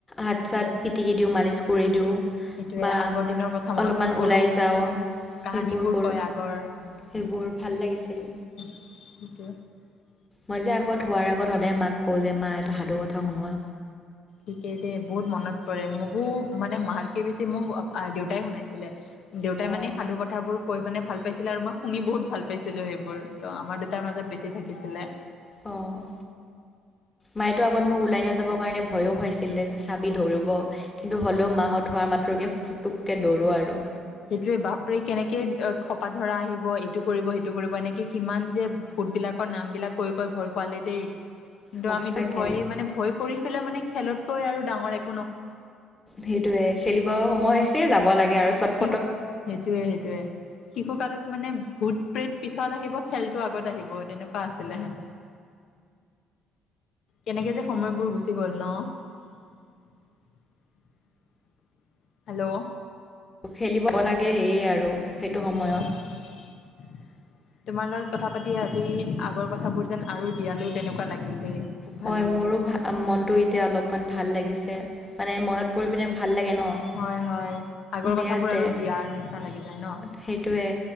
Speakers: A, on the left; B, on the left.
A: হাত
B: সেইটোৱে
A: চাত পিটিকি দিওঁ মালিচ কৰি দিওঁ
B: সেইটোৱে
A: বা
B: আগৰ দিনৰ কথা মনত
A: অলপমান
B: কৰো
A: ওলাই যাওঁ
B: কাহানী
A: সেইবোৰ
B: বোৰ
A: কৰোঁ
B: কয় আগৰ
A: সেইবোৰ ভাল লাগিছিল
B: <unintelligible>
A: মই যে আগত হোৱাৰ আগত সদায় মাক কওঁ যে মা এটা সাধু কথা শুনোৱা
B: ঠিকেই দেই বহুত মনত পৰে মোকো মানে মাৰকে বেছি মোক দেউতাই শুনাইছিলে দেউতাই
A: অ',
B: মানে সাধু কথাবোৰ কৈ মানে ভাল পাইছিলে আৰু মই শুনি বহুত ভাল পাইছিলো সেইবোৰ ত আমাৰ দেউতাৰ মাজত বেছি থাকিছিলে।
A: অ'। মায়েতো আগত মোক ওলাই নাযাবৰ কাৰণে ভয়ো খাইছিলে যে চাবি ধৰিব কিন্তু হ'লেও মাহত হোৱাৰ মাত্ৰ ফতককে ফুটুককে দৌৰো আৰু।
B: সেইটোোৱে বাপৰে কেনেকে খপা ধৰা আহিব এইটো কৰিব সেইটো কৰিব এনেকে কিমান যে ফুডবিলাকৰ নামবিলাক কৈ কৈ ভয় খুৱালি দেই। কিন্তু
A: সঁচাকে।
B: আমিতো ভয়ে মানে ভয় কৰি ফেলে মানে খেলতকৈ আৰু ডাঙৰ এক
A: সেইটোৱে খেলিব সময় হৈছে যাব লাগে আৰু চত
B: শিখ সেইটোৱে সেইটোৱে শিশু কালত মানে ভূত প্ৰেত পিছত আহিব খেলতো আগত আহিব তেনেকুৱা আছিলে হেন কেনেকে যে সময়বোৰ গুচি গ'ল ন। <unintelligible> হেল্ল'
A: খেলিবাব লাগে সেয়ে আৰু সেইটো
B: সেইটোৱে।
A: সময়ত।
B: তোমাৰ লগত কথা পাতি আজি আগৰ কথাবোৰ যেন আৰু জীয়ালো তেনেকুৱা লাগিল দেই। খুব ভাল
A: হয়
B: লাগিল
A: মোৰো মনটো এতিয়া অলপমান ভাল লাগিছে মানে মনত পৰি পিনে ভাল লাগে। ন'
B: হয় হয় আগৰ
A: দিয়া
B: কথাবোৰ
A: তে
B: আৰু জীয়াৰ নিচিনা লাগি যায় ন।
A: সেইটোৱে